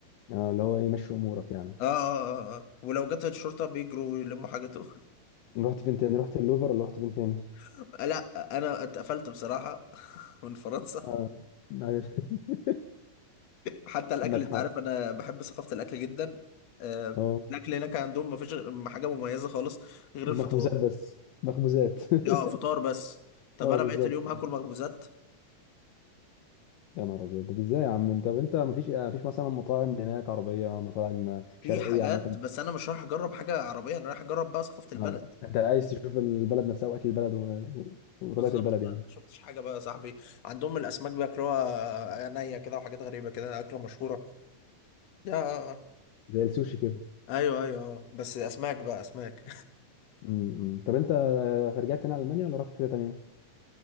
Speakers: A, on the left (about 75°); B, on the left (about 55°).
A: اه اللي هو ايه مشي امورك يعني
B: اه اه اه آه. آه. ولو جت الشرطة بيجروا يلموا حاجته
A: رحت فين تاني رحت اللوفر ولا رحت فين تاني
B: <laughs> لا انا اتقفلت بصراحة <laughs> من فرنسا
A: اه ايوه <laughs>
B: حتى الاكل
A: عندك
B: انت
A: حق
B: عارف انا بحب ثقافه الاكل جدا آه،
A: اه
B: الاكل هناك عندهم ما فيش حاجه مميزه خالص غير
A: مخبوزات
B: الفطار
A: بس مخبوزات <laughs>
B: اه فطار بس طب
A: اه
B: انا
A: بالظبط
B: بقيت اليوم هاكل مخبوزات
A: يا نهار ابيض طب ازاي يا عم انت طب انت مفيش مفيش مثلا مطاعم هناك عربيه مطاعم شرقيه
B: في حاجات
A: عامه
B: بس انا مش رايح اجرب حاجه عربيه انا رايح اجرب بقى ثقافه البلد
A: اه انت عايز تشوف البلد نفسها واكل البلد و... و- وطبيعه
B: بالظبط
A: البلد
B: بقى
A: يعني
B: ما أنا شفتش حاجه بقى يا صاحبي عندهم الاسماك بياكلوها نيه كده وحاجات غريبه كده اكله مشهوره يا
A: زي السوشي كده
B: ايوه ايوه آه. بس اسماك بقى اسماك
A: امم طب انت رجعت تاني على المانيا ولا رحت في حته تانيه؟